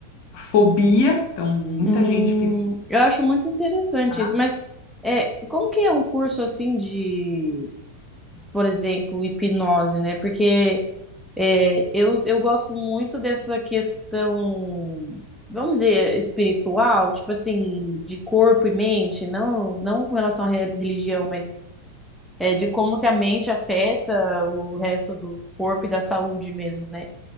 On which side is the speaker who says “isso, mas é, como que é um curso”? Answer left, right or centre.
Centre